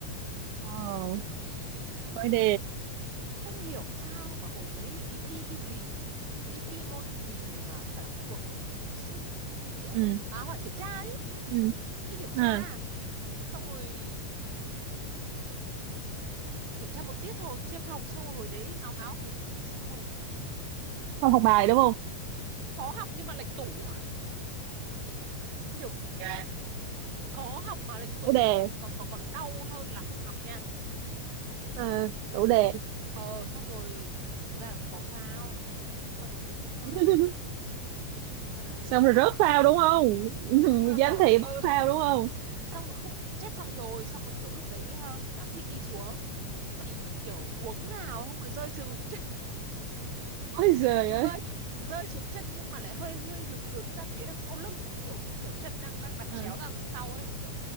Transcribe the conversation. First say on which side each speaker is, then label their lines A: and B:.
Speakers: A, on the right (about 90°); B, on the right (about 75°).
A: Ờ,
B: thì
A: khối D.
B: không hiểu sao mà hồi đấy mình đi thi cái gì đi thi môn gì mà phải học thuộc đấy sinh à hay địa à?
A: Ừ,
B: à hỏi kiểm tra chứ
A: ừ.
B: đi kiểm tra
A: À,
B: xong rồi kiểm tra một tiết thôi chia phòng xong rồi hồi đấy ngáo ngáo kiểu gì xong rồi
A: không học bài đúng không?
B: có học nhưng mà lệch tủ <laughs> nhục
A: Dạ.
B: có học mà lệch tủ
A: Tủ đề.
B: còn còn còn còn đau hơn là không học nha
A: À, tủ đề.
B: ờ xong rồi thực ra là cũng có phao xong rồi cũng ờ,
A: <laughs>
B: cũng ờ,
A: Xong rồi
B: dở
A: rớt phao đúng không? <laughs>
B: cũng ờ,
A: Giám
B: bỏ
A: thị bắt
B: ờ
A: phao đúng không?
B: xong rồi không chép xong rồi xong rồi kiểu lúc đấy ờ, giám thị đi xuống thì kiểu cuống nào không rồi rơi sừ xuống chân
A: Ôi
B: <laughs>
A: giời
B: rơi
A: ơi.
B: rơi xuống chân nhưng mà lại hơi hơi hướng hướng ra phía đằng sau lưng ấy, kiểu kiểu chân đang đang đặt
A: À,
B: chéo ra đằng sau ấy thì kiểu